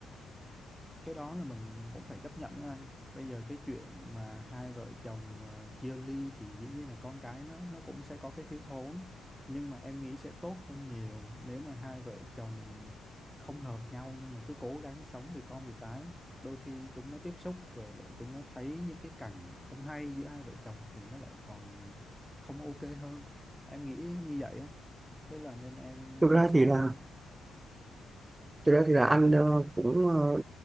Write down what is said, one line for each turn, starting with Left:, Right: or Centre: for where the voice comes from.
Centre: cái đó là mình mình cũng phải chấp nhận đó anh bây giờ cái chuyện mà hai vợ chồng à, chia ly thì dĩ nhiên là con cái nó nó cũng sẽ có cái thiếu thốn nhưng mà em nghĩ sẽ tốt hơn nhiều nếu mà hai vợ chồng không hợp nhau nhưng mà cứ cố gắng sống vì con vì cái đôi khi chúng nó tiếp xúc rồi lại chúng nó thấy những cái cảnh không hay giữa hai vợ chồng thì nó lại còn không ok hơn em nghĩ như vậy á thế là nên em
Right: thực ra
Centre: sau
Right: thì là thực ra thì là anh ờ, cũng ờ,